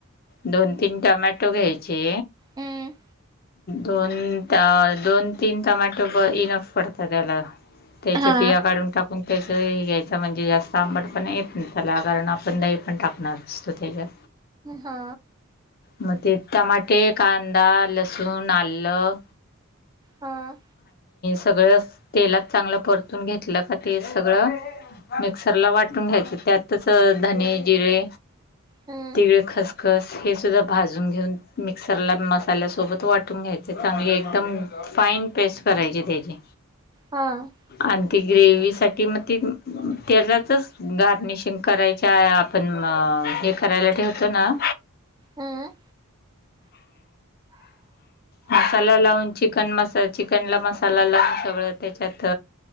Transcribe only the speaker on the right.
हम्म.
हा
हा.
हा
हम्म
हा.
हम्म